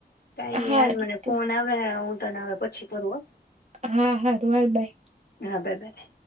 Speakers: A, on the left; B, on the right.
A: કાઈ નઈ
B: હારું
A: યાર મને ફોન
B: તો
A: આવે હે, હું તને હવે પછી કરું હો.
B: હા, હા તો હાલ બાય.
A: હા બાય-બાય.